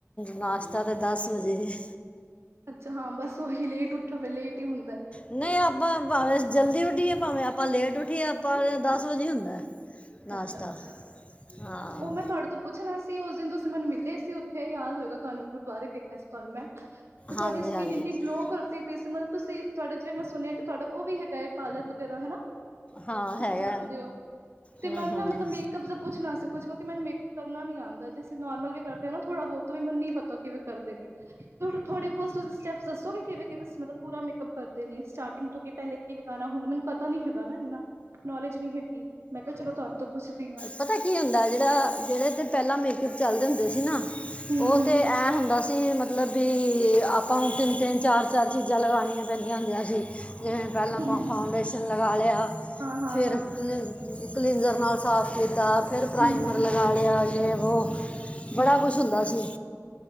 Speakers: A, on the left; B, on the right.
A: ਨਾਸ਼ਤਾ ਤਾਂ ਦਸ ਵਜੇ <inaudible>
B: ਅੱਛਾ ਹਾਂ ਬਸ ਉਹੀ ਲੇਟ ਉਠੋ ਤਾ ਲੇਟ ਹੀ ਹੁੰਦਾ।
A: ਨਹੀਂ ਆਪਾਂ ਭਾਵੇਂ ਜਲਦੀ ਉਠੀਏ ਭਾਵੇਂ ਆਪਾਂ ਲੇਟ ਉੱਠੀਏ ਆਪਾਂ ਦਸ ਵਜੇ ਹੁੰਦਾ। ਨਾਸ਼ਤਾ
B: ਅੱਛਾ -ਅੱਛਾ
A: ਹਾਂ
B: ਉਹ ਮੈਂ ਤੁਹਾਡੇ ਤੋਂ ਪੁੱਛਣਾ ਸੀ ਉਸ ਦਿਨ ਤੁਸੀਂ ਮੈਨੂੰ ਮਿਲੇ ਸੀ। ਉੱਥੇ ਯਾਦ ਹੋਏਗਾ ਤੁਹਾਨੂੰ ਗੁਰਦੁਆਰੇ ਦੇਖਿਆ ਸੀ ਤੁਹਾਨੂੰ ਮੈਂ ਤੇ ਤੁਹਾਡੀ
A: ਹਾਂਜੀ
B: ਸਕਿਨ
A: ਹਾਂਜੀ
B: ਇੰਨੀ ਗਲੋ ਕਰ ਤੁਸੀਂ ਫ਼ੀਸ ਮਤਲਬ ਤੁਸੀਂ ਤੁਹਾਡਾ ਜਿਵੇਂ ਮੈਂ ਸੁਣਿਆ ਕਿ ਤੁਹਾਡਾ ਉਹ ਵੀ ਹੈਗਾ ਹੈ ਪਾਰਲਰ ਵਗੈਰਾ ਹਨਾ।
A: ਹਾਂ
B: ਤੁਸੀਂ
A: ਹੈਗਾ।
B: ਚਲਾਉਂਦੇ ਹੋ ਤੇ
A: ਹੂੰ
B: ਮੈਂ ਨਾ
A: ਹੂੰ
B: ਮਤਲਬ ਮੇਕਅਪ ਦਾ ਪੁੱਛਣਾ ਸੀ ਕੁਛ ਕਿਉਂਕਿ ਮੈਂ ਮੇਕਅਪ ਕਰਨਾ ਨੀ ਆਉਂਦਾ ਜੇ ਅਸੀਂ ਨੋਰਮਲ ਵੀ ਕਰਦੇ ਹਾਂ ਨਾ ਥੋੜਾ ਬਹੁਤ ਉਹ ਮੈਨੂੰ ਵੀ ਨਹੀਂ ਪਤਾ ਕਿਵੇਂ ਕਰਦੇ ਨੇ। ਤੁਸੀਂ ਥੋੜੇ ਬਹੁਤ ਤੁਸੀਂ ਸਟੈਪਸ ਦੱਸੋਗੇ। ਕਿਵੇਂ- ਕਿਵੇਂ ਮਤਲਬ ਪੂਰਾ ਮੇਕਅਪ ਕਰਦੇ ਨੇ ਸਟਾਰਟਿੰਗ ਤੋਂ ਕਿ ਪਹਿਲੇ ਕੀ ਲਗਾਉਣਾ ਹੁੰਦਾ ਮੈਨੂੰ ਪਤਾ ਤਾਂ ਨਹੀਂ ਹੈਗਾ ਇੰਨਾ ਨੌਲੇਜ ਨਹੀਂ ਹੈਗੀ ਮੈਂ ਕਿਹਾ ਚਲੋ ਤੁਹਾਡੇ ਤੋਂ ਪੁੱਛਦੀ ਹਾਂ
A: ਪਤਾ ਕੀ ਹੁੰਦਾ ਜਿਹੜਾ ਜਿਹੜੇ ਪਹਿਲਾਂ ਮੇਕਅਪ ਚੱਲਦੇ ਹੁੰਦੇ ਸੀ ਨਾ।
B: ਹਮ
A: ਉਹ ਤੇ ਐ ਹੁੰਦਾ ਸੀ ਮਤਲਬ ਵੀ ਆਪਾਂ ਤਿੰਨ- ਤਿੰਨ ਚਾਰ ਚਾਰ ਚੀਜ਼ਾਂ ਲਗਾਉਣੀਆਂ ਪੈਂਦੀਆਂ ਹੁੰਦੀਆਂ ਸੀ ਜਿਵੇਂ ਪਹਿਲਾਂ ਆਪਾਂ
B: ਹਮ ਹਮ
A: ਫਾਊਂਡੇਸ਼ਨ ਲਗਾ ਲਿਆ।
B: ਹਾਂ ਹਾਂ
A: ਫਿਰ
B: ਹਾਂ
A: ਕਲੀ ਕਲੀਨਜ਼ਰ ਨਾਲ ਸਾਫ ਕੀਤਾ। ਫਿਰ ਪ੍ਰਾਈਮਰ
B: ਹਮ
A: ਲਗਾ ਲਿਆ ਜੇ ਵੋ ਬੜਾ
B: ਹਮ
A: ਕੁਛ
B: ਹਮ
A: ਹੁੰਦਾ ਸੀ।